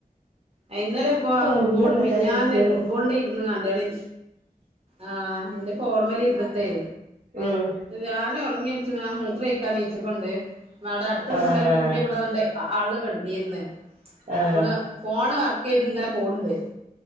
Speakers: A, on the right; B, on the right.
A: ഇ ഇന്നലെ ഇപ്പൊ ആ
B: അങ്ങനൊക്കെ
A: ഫുട്ബോള മിഞ്ഞാ
B: തന്നെ കുട്ടികള്
A: ഫുട്ബോളിന്റെ ഇരുന്ന് കണ്ടുകി ആഹ് എന്റെ ഫോണ്മല ഇരുന്നിട്ടെ
B: ഉം
A: ഞാന ഉറങ്ങി മൂത്രോയ്ക്കാൻ എണീച്ചപ്പോ ണ്ട് അവിടെ അടുത്തുള്ള
B: ആഹ്
A: പിള്ളേർക്ക് കൂടി ഇവിടെ ആ കടന്നീർന്നു
B: ആഹ്
A: അപ്പള് ഫോണ് വർക്ക് ചെയ്ത് ഇങ്ങനെ പോണ്ട്